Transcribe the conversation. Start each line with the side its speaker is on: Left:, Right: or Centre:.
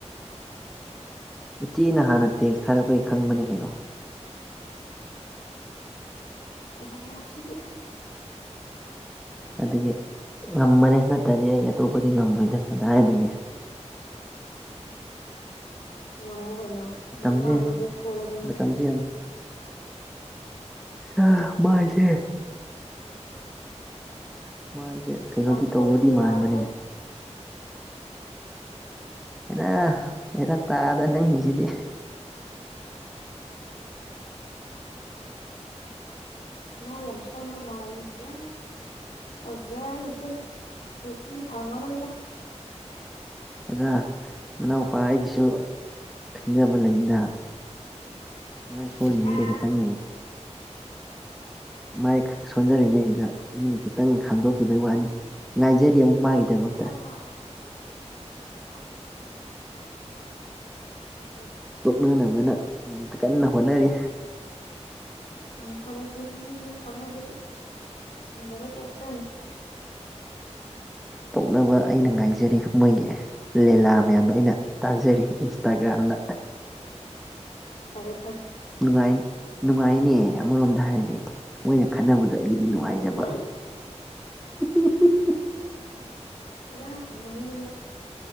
Centre: ꯏꯆꯦꯅ ꯍꯥꯟꯅ ꯇꯦꯛꯁ ꯊꯥꯔꯛꯄꯒꯤ ꯈꯪꯕꯅꯤ ꯀꯩꯅꯣ
Left: ꯗꯥꯏꯂꯣꯛꯁꯤꯗꯤ
Centre: ꯑꯗꯨꯗꯒꯤ ꯉꯃꯅꯦ ꯅꯠꯇ꯭ꯔꯗꯤ ꯑꯩ ꯑꯇꯣꯞꯄꯗꯤ ꯉꯝꯃꯣꯏꯗ ꯀꯗꯥꯏꯗꯒꯤ
Left: ꯉꯃ ꯩꯅꯣ
Centre: ꯃꯇꯝꯁꯦ
Left: ꯅꯃ ꯍꯥꯏꯗ ꯑꯗꯨ ꯐꯣꯂꯗꯤꯅ
Centre: ꯃꯇꯝꯁꯦ ꯆ ꯃꯥꯥꯏꯁꯦ ꯃꯥꯏꯁꯦ ꯀꯩꯅꯣꯗꯤ
Left: ꯌꯥꯝ ꯁꯣꯜꯂꯗꯤ
Centre: ꯇꯧꯕꯗꯤ
Left: ꯌꯥꯔꯔꯣꯏ
Centre: ꯃꯥꯟꯕꯅꯦ ꯍꯦꯔ ꯍꯦꯔ ꯇꯥꯗ ꯅꯪꯉꯤꯁꯤꯗꯤ
Left: ꯃꯥ ꯌꯥꯝ ꯁꯣꯟꯕ ꯃꯥꯔꯤꯗ ꯑꯣꯖꯥꯏꯁꯦ ꯔꯄꯤ ꯐꯥꯉꯅ ꯏꯗ
Centre: ꯍꯗ ꯅꯅꯥꯎꯎꯄꯥ ꯑꯩꯒꯤꯁꯨ ꯈꯟꯖꯕ ꯂꯩꯅꯤꯗ ꯃꯥꯏ ꯁꯣꯜꯂꯤꯉꯩꯗ
Left: ꯑꯁ
Centre: ꯈꯤꯇꯪ ꯃꯥꯏ ꯁꯣꯟꯖꯔꯤꯉꯩꯁꯤꯗ ꯃꯤꯅ ꯈꯤꯇꯪ ꯈꯟꯗꯣꯛꯈꯤꯕꯩ ꯋꯥꯅꯤ ꯉꯥꯏꯖꯔꯤ ꯑꯃꯨꯛ ꯃꯥꯒꯤꯗꯃꯛꯇ
Left: ꯋꯥꯎ ꯋꯥꯎ ꯋꯥꯎ ꯑ
Centre: ꯇꯣꯛꯅꯅꯕꯅ ꯌꯥꯝ ꯀꯟꯅ ꯍꯣꯠꯅꯔꯤ
Left: ꯎꯝ ꯍꯣꯠꯅꯕꯤꯌꯨ ꯍꯣꯠꯅꯕꯤꯌꯨ ꯐꯪꯅꯕꯗꯤ ꯗꯔꯦ ꯇꯧꯞꯁꯅꯤ
Centre: ꯇꯧꯅꯕ ꯑꯩꯅ ꯉꯥꯏꯖꯔꯤ ꯃꯣꯏꯒꯤ ꯂꯤꯂꯥ ꯃꯌꯥꯝꯗ ꯑꯩꯅ ꯇꯥꯖꯔꯤ ꯏꯟꯁꯇꯥꯒ꯭ꯔꯥꯝꯗ
Left: ꯐꯔ‌ꯦ
Centre: ꯅꯨꯡꯉꯥꯏ ꯅꯨꯡꯉꯥꯏꯅꯦ ꯑꯃꯔꯣꯝꯗ ꯍꯥꯏꯔꯗꯤ ꯃꯣꯏꯅ ꯈꯟꯅꯕꯗꯣ ꯑꯩꯒꯤꯗꯤ ꯅꯨꯡꯉꯥꯏꯖꯕ
Left: ꯎꯝ ꯃꯤꯗꯤ
Centre: <unintelligible>
Left: ꯔ ꯀꯩꯅ‌ꯣꯅꯤꯅ <unintelligible>